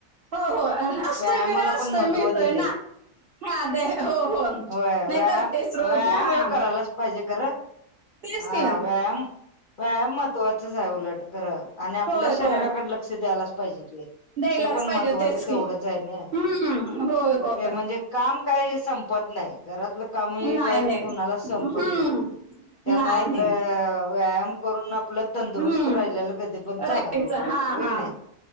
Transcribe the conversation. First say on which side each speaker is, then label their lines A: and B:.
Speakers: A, on the right; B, on the left.
A: हो हो, असतोय,
B: व्यायामाला
A: वेळ असतोय,
B: पण महत्त्व
A: मिळतोय
B: दिलंय
A: ना. हा, दे, हो हो,
B: होय
A: नाही
B: व्यायाम
A: करतेस रोज,
B: व्यायाम
A: हा.
B: हे करायलाच पाहिजे खरं
A: तेच
B: हा
A: की
B: व्यायाम, व्यायाम महत्त्वाचाच आहे, उलट खर. आणि आपल्या
A: होय
B: शरीराकड,
A: होय
B: लक्ष द्यायलाच पाहिजे कि.
A: द्यायलाच
B: ते पण
A: पाहिजे
B: महत्त्वाचं
A: तेच
B: तेवढंच
A: की
B: आहे नी,
A: हम्म होय होय
B: ते म्हणजे काम काय संपत नाही. घरातलं कामही
A: नाही
B: काय,
A: नाही
B: कोणाला संपत
A: हम्म
B: नाही. त्यामुळे
A: नाही
B: आपलं,
A: नाही
B: व्यायाम करून आपलं, तंदुरुस्त
A: हम्म,
B: राहिलेलं कधी पण चांगलं
A: राहीच,
B: उलट
A: हा
B: होय
A: हा.
B: की नाही